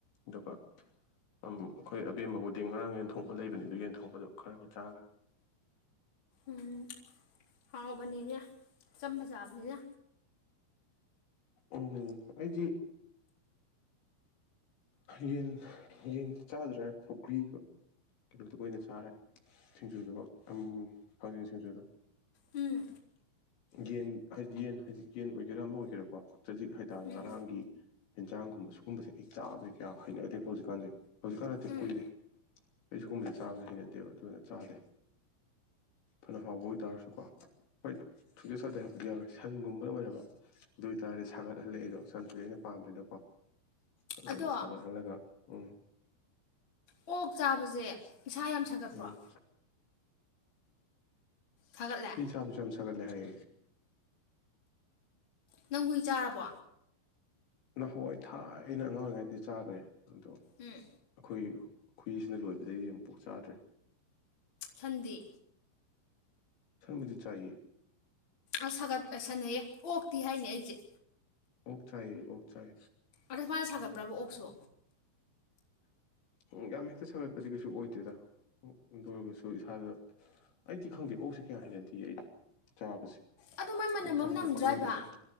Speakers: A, on the left (about 60°); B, on the left (about 25°).
A: ꯑꯗꯨꯒ ꯑꯩꯈꯣꯏ ꯑꯕꯦꯝꯕꯕꯨꯗꯤ ꯉꯔꯥꯡ ꯌꯦꯟ ꯊꯣꯡꯕ ꯂꯩꯕꯅꯤ ꯑꯗꯨ ꯌꯦꯟ ꯊꯣꯡꯕꯗꯣ ꯈꯔꯒ ꯆꯥꯈ꯭ꯔꯦ <inaudible>
B: ꯎꯝ ꯍꯥꯎꯕꯅꯤꯅꯦ ꯆꯝꯕ ꯆꯥꯕꯅꯤꯅ
A: ꯎꯝ ꯑꯩꯗꯤ ꯌꯦꯟ ꯌꯦꯟ ꯆꯥꯗ꯭ꯔꯦ ꯁꯧꯀ꯭ꯔꯤꯒ ꯑꯂꯣꯗꯨꯒ ꯑꯣꯏꯅ ꯆꯥꯔꯦ ꯁꯤꯡꯖꯨꯗꯨꯒ ꯑꯗꯨ ꯊꯥꯡꯖꯤꯡ ꯁꯤꯡꯖꯨꯗꯣ
B: ꯎꯝ
A: ꯌꯦꯟꯗꯤ ꯌꯦꯟ ꯌꯦꯟ ꯑꯣꯏꯒꯦꯔꯥ ꯑꯃ ꯑꯣꯏꯒꯦꯔꯥꯀꯣ ꯆꯖꯤꯛ ꯍꯥꯏꯇꯥꯔꯦ
B: ꯎꯝ
A: ꯉꯔꯥꯡꯒꯤ ꯌꯦꯟꯖꯥꯡꯒꯨꯝꯕ ꯁꯤꯒꯨꯝꯁꯦ ꯑꯩ ꯆꯥꯕꯗꯤ ꯀꯌꯥ ꯍꯩꯅꯗꯦꯕ ꯍꯧꯖꯤꯛꯀꯥꯟꯗꯤꯦ ꯍꯧꯖꯤꯛꯀꯥꯟ ꯅꯠꯇꯦ
B: ꯎꯝ
A: ꯀꯨꯏꯔꯦ ꯀꯩꯁꯨꯒꯨꯝꯕꯗꯤ ꯆꯥꯒ ꯍꯩꯅꯗꯦꯕ ꯑꯗꯨꯅ ꯆꯥꯗꯦ ꯐꯅ ꯍꯥꯎꯕ ꯑꯣꯏꯇꯥꯔꯁꯨꯀꯣ ꯍꯣꯏ ꯁꯨꯗꯦ ꯁꯥꯥꯗꯦ ꯍꯥꯏꯕꯗꯤ ꯌꯥꯎꯔꯦ ꯁꯟꯒꯨꯝꯕꯗ ꯑꯣꯏꯅꯔꯕ ꯑꯗꯨ ꯑꯣꯏꯇꯥꯔꯗꯤ ꯁꯥꯒꯠꯍꯜꯂꯛꯦ ꯑꯩꯗꯣ ꯁꯟꯗꯨꯗꯤ ꯑꯩꯅ ꯄꯥꯝꯕꯅꯤꯅꯀꯣ ꯑꯗꯨꯅ
B: ꯑꯗꯣ
A: ꯁꯥꯒꯠꯍꯜꯂꯒ ꯎꯝ
B: ꯑꯣꯛ ꯆꯥꯕꯁꯦ ꯏꯁꯥ ꯌꯥꯝ ꯁꯥꯒꯠꯄ꯭ꯔꯣ
A: ꯎꯝ
B: ꯁꯥꯒꯠꯂꯦ
A: ꯍꯨꯏ ꯆꯥꯕꯁꯦ ꯌꯥꯝ ꯁꯥꯒꯠ ꯂꯦ ꯍꯥꯏꯌꯦ
B: ꯅꯪ ꯀꯨꯏ ꯆꯥꯔꯕꯣ
A: ꯅꯍꯥꯟꯋꯥꯏ ꯊꯥꯏ ꯑꯩꯅ ꯑꯉꯥꯡ ꯑꯣꯏꯔꯤꯉꯩꯗꯤ ꯆꯥꯈ꯭ꯔꯦ ꯑꯗꯣ
B: ꯎꯝ
A: ꯑꯩꯈꯣꯏ ꯈꯨꯏꯁꯤꯅ ꯂꯣꯏꯕꯗꯒꯤ ꯌꯥꯝ ꯄꯣꯛ ꯆꯥꯗ꯭ꯔꯦ
B: ꯁꯟꯗꯤ
A: ꯁꯟꯕꯨꯗꯤ ꯆꯥꯏꯌꯦ
B: ꯑꯁ ꯁꯥꯒꯠꯄ ꯁꯥꯟꯅꯩꯌꯦ ꯑꯣꯛꯇꯤ ꯍꯥꯏꯅꯦ ꯑꯩꯁꯦ
A: ꯑꯣꯛ ꯆꯥꯏꯌꯦ ꯑꯣꯛ ꯆꯥꯏ
B: ꯑꯗ ꯃꯥꯅ ꯁꯥꯒꯠꯄ꯭ꯔꯕ ꯑꯣꯛꯁꯨ
A: ꯎ ꯌꯥꯝ ꯍꯦꯛꯇ ꯁꯥꯒꯠꯄꯗꯤ ꯀꯩꯁꯨ ꯑꯣꯏꯗꯦꯗ ꯑꯗꯨꯗ ꯑꯣꯏꯔꯒꯁꯨ ꯏꯁꯥꯗ ꯑꯩꯗꯤ ꯈꯪꯗꯦ ꯑꯣꯛꯁꯦ ꯀꯌꯥ ꯍꯥꯏꯅꯗꯦ ꯑꯩꯗꯤ ꯆꯥꯕꯁꯦ
B: ꯑꯗꯣ ꯃꯥꯏ ꯃꯅꯝ
A: ꯑꯣꯛ
B: ꯑꯃ
A: ꯆꯥꯕꯗꯤ
B: ꯅꯝꯗ꯭ꯔꯥꯏꯕ
A: ꯄꯛꯅꯗꯅꯦ